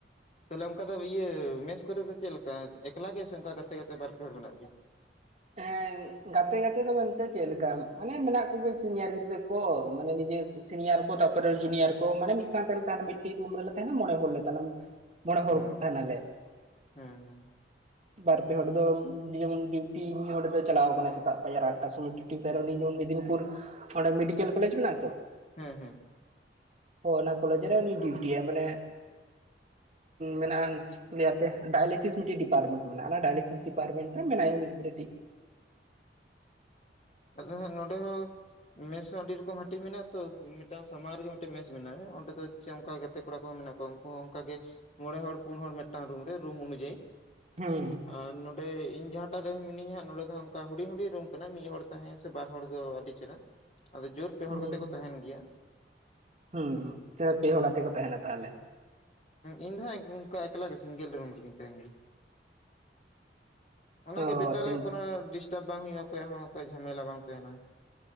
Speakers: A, on the left (about 40°); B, on the right (about 35°).
A: ᱛᱟᱦᱞᱮ ᱚᱱᱠᱟ ᱫᱚ ᱤᱭᱟᱹ ᱢᱮᱥ ᱠᱚᱨᱮ ᱫᱚ ᱪᱮᱫ ᱞᱮᱠᱟ ᱮᱠᱞᱟ ᱜᱮ ᱥᱮ ᱚᱱᱠᱟ ᱜᱟᱛᱮ ᱜᱟᱛᱮ ᱵᱟᱨ ᱯᱮ ᱦᱚᱲ ᱢᱮᱱᱟᱜ ᱜᱮᱭᱟ?
B: ᱮᱝ ᱜᱟᱛᱮ ᱜᱟᱛᱮ ᱫᱚ ᱢᱮᱱᱛᱮ ᱪᱮᱫ ᱞᱮᱠᱟ ᱢᱟᱱᱮ ᱢᱮᱱᱟᱜ ᱠᱚᱜᱮ ᱥᱤᱱᱤᱭᱟᱨ ᱜᱤᱫᱽᱨᱟᱹ ᱠᱚ ᱢᱟᱱᱮ ᱱᱤᱡᱮ ᱥᱤᱱᱤᱭᱟᱨ ᱠᱚ ᱛᱟᱨᱯᱚᱨᱮ ᱡᱩᱱᱤᱭᱟᱨ ᱠᱚ ᱢᱟᱱᱮ ᱢᱤᱫ ᱥᱟᱶᱛᱮ ᱞᱮ ᱛᱟᱦᱮᱱᱟ ᱢᱤᱫ ᱴᱤᱡ ᱨᱩᱢ ᱨᱮᱞᱮ ᱛᱟᱦᱮᱱᱟ ᱢᱚᱬᱮ ᱦᱚᱲ ᱞᱮ ᱛᱟᱦᱮᱱᱟ ᱢᱚᱬᱮ ᱦᱚᱲ
A: ᱦᱮᱸ
B: ᱛᱟᱦᱮᱱᱟᱞᱮ
A: ᱦᱮᱸ
B: ᱵᱟᱨᱯᱮ ᱦᱚᱲ ᱫᱚ ᱡᱮᱢᱚᱱ ᱢᱤᱫ ᱦᱚᱲ ᱫᱚ ᱪᱟᱞᱟᱣ ᱟᱠᱟᱱᱟᱭ ᱥᱮᱛᱟᱜ ᱯᱟᱭᱟᱨ ᱟᱴ ᱴᱟᱜ ᱥᱚᱢᱚᱭ ᱴᱤᱴᱤ ᱩᱱᱤ ᱫᱚ ᱢᱮᱫᱽᱱᱤᱯᱩᱨ ᱚᱸᱰᱮ ᱢᱮᱰᱤᱠᱮᱞ ᱠᱚᱞᱮᱡᱽ ᱢᱮᱱᱟᱜᱼᱟ ᱛᱚ
A: ᱦᱮᱸ ᱦᱮᱸ
B: ᱚᱱᱟ ᱠᱚᱞᱮᱡᱽ ᱨᱮ ᱩᱱᱤ ᱰᱤᱭᱩᱴᱤᱭᱟ ᱢᱟᱱᱮ ᱢᱮᱱᱟᱜᱼᱟ ᱪᱮᱫ ᱠᱚ ᱞᱟᱭᱟᱹ ᱟᱯᱮ ᱰᱟᱭᱮᱞᱤᱥᱤᱥ ᱢᱤᱫ ᱴᱤᱡ ᱰᱤᱯᱟᱨᱴᱢᱮᱱᱴ ᱢᱮᱱᱟᱜᱼᱟ ᱰᱟᱭᱮᱞᱤᱥᱤᱥ ᱰᱤᱯᱟᱨᱢᱮᱱᱴ ᱨᱮ ᱢᱮᱱᱟᱭᱟ ᱩᱱᱤ ᱜᱤᱫᱽ ᱨᱮᱴᱤᱡ
A: ᱟ ᱱᱚᱸᱰᱮ ᱦᱚᱸ ᱢᱮᱥ ᱦᱚᱸ ᱟᱹᱰᱤ ᱨᱚᱠᱚᱢ ᱦᱟᱹᱴᱤᱧ ᱢᱮᱱᱟᱜᱼᱟ ᱛᱚ ᱢᱤᱫ ᱴᱟᱝ ᱥᱟᱢᱟᱝ ᱨᱮᱜᱮ ᱢᱤᱫ ᱴᱮᱱ ᱢᱮᱥ ᱢᱮᱱᱟᱜᱼᱟ ᱚᱸᱰᱮ ᱫᱚ ᱥᱮ ᱚᱱᱠᱟ ᱜᱟᱛᱮ ᱠᱚᱲᱟ ᱠᱚᱦᱚᱸ ᱢᱮᱱᱟᱜ ᱠᱚᱣᱟ ᱩᱱᱠᱩ ᱦᱚᱸ ᱚᱱᱠᱟᱜᱮ ᱢᱚᱬᱮ ᱦᱚᱲ ᱯᱩᱱ ᱦᱚᱲ ᱢᱤᱫ ᱴᱟᱱ ᱨᱩᱢ ᱨᱮ ᱨᱩᱢ ᱩᱱᱡᱟᱭᱤ
B: ᱦᱮᱸ
A: ᱟᱨ ᱱᱚᱸᱰᱮ ᱤᱧ ᱡᱟᱦᱟᱸᱴᱟᱜ ᱨᱮ ᱢᱤᱱᱟᱹᱧ ᱦᱟᱜ ᱱᱚᱸᱰᱮ ᱫᱚ ᱚᱱᱠᱟ ᱦᱩᱰᱤ ᱦᱩᱰᱤ ᱨᱩᱢ ᱠᱟᱱᱟ ᱢᱤᱫ ᱦᱚᱲ ᱛᱟᱦᱮᱸ ᱥᱮ ᱵᱟᱨ ᱦᱚᱲ ᱫᱚ ᱟᱹᱰᱤ ᱪᱮᱦᱨᱟ ᱟᱫᱚ ᱡᱳᱨ ᱯᱮᱦᱚᱲ
B: ᱦᱩᱸ
A: ᱠᱟᱛᱮ ᱠᱚ ᱛᱟᱦᱮᱱ ᱜᱮᱭᱟ
B: ᱦᱩᱸ ᱯᱮᱦᱚᱲ ᱛᱮᱠᱚ ᱛᱟᱦᱮᱱᱟ ᱛᱟᱦᱚᱞᱮ
A: ᱤᱧ ᱫᱚ ᱦᱟᱸᱜ ᱠᱟ ᱮᱠᱞᱟᱜᱮ ᱥᱤᱝᱜᱮᱞ ᱨᱩᱢ ᱨᱮᱜᱤᱧ ᱛᱟᱦᱮᱱ ᱜᱮᱭᱟ ᱚᱱᱟᱜᱮ
B: ᱚ
A: ᱵᱮᱴᱟᱨ
B: ᱥᱤᱝ
A: ᱟᱭ ᱠᱳᱱᱚ ᱰᱤᱥᱴᱟᱵᱽ ᱵᱟᱝ ᱦᱩᱭᱩᱜᱼᱟ ᱚᱠᱚᱭᱟᱜ ᱦᱚᱸ ᱡᱷᱟᱢᱮᱞᱟ ᱵᱟᱝ ᱛᱟᱦᱮᱱᱟ